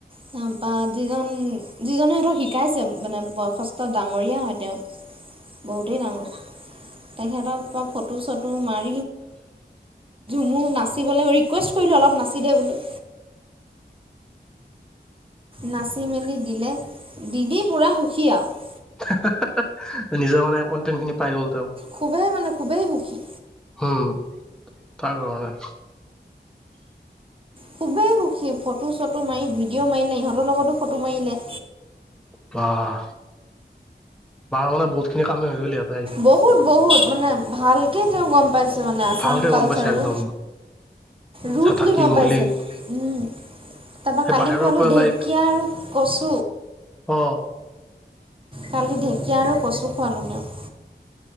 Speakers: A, on the right; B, in the centre.
A: তাৰপৰা যিজন- যিজনে সিহঁতক শিকাইছে মানে বয়খস্ত ডাঙৰীয়া হয় তেওঁ। বহুতেই ডাঙৰ। তেখেতৰ ফটো চটো মাৰ মোৰ নাচিবলৈ ৰিকুৱেষ্ট কৰিলো অলপ নাচি দে বো নাচি মেলি দিলে। দিদি পুৰা সুখী আৰু।
B: হা - হা নিজৰ মানে কণ্টেণ্ট খিনি পাই গল তেওঁ
A: খুবেই মানে খুবেই সুখী
B: হম, তাৰ কাৰণে।
A: খুবেই সুখী ফটো চটো মাৰি ভিডিঅ' মাৰিলে ইহঁতৰ লগতো ফটো মাৰিলে
B: বাহ মানে বহুত খিনি কামেই হৈ গ'ল ইয়াত
A: বহুত বহুত মানে ভাল কে তেওঁ গম পাইছে আসাম
B: ভালকে
A: কালচাৰ
B: গম পাইছে একদম
A: তো, ৰুথলি
B: থা- থাকি
A: গম
B: মেলি
A: পাই ছে উম তাৰ পাছত
B: সেই
A: কালি
B: বাহিৰৰ
A: ঢেকীয়া
B: পৰা লাইক
A: গছ
B: অ'
A: কালি ঢেঁকীয়া আৰু কচু খুৱালোঁ দিয়ক